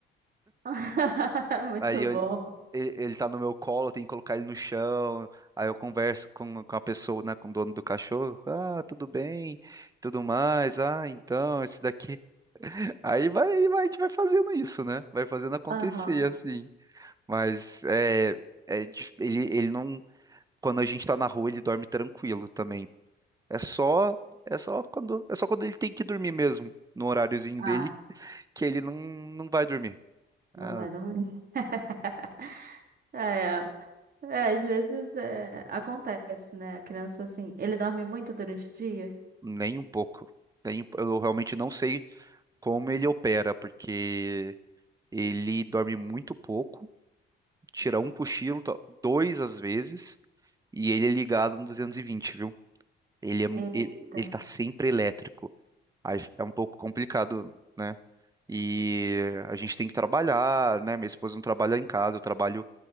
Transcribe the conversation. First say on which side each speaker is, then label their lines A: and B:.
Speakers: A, on the right; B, on the right.
A: <laughs> Muito
B: Aí eu-
A: bom.
B: ele, ele tá no meu colo, eu tenho que colocar ele no chão. Aí eu converso com, com a pessoa, né, com o dono do cachorro. Ah, tudo bem, tudo mais. Ah, então, esse daqui. <laughs> Aí vai, aí vai, a gente vai fazendo isso, né? Vai fazendo acontecer,
A: Aham.
B: assim. Mas é, é dif- ele, ele não. Quando a gente tá na rua, ele dorme tranquilo também. É só, é só quando, é só quando ele tem que dormir mesmo, no horáriozinho
A: Ah,
B: dele, que ele não, não vai dormir. Ah,
A: não vai dormir. <laughs> É. É, às vezes é, acontece, né? A criança assim, ele dorme muito durante o dia.
B: nem um pouco. Nem- um, eu realmente não sei como ele opera, porque ele dorme muito pouco, tira um cochilo, to- dois às vezes, e ele é ligado no 220, viu? Ele, é, mu-
A: Eita.
B: ele, ele tá sempre elétrico. Aí é um pouco complicado, né? E a gente tem que trabalhar, né? Minha esposa não trabalha em casa, eu trabalho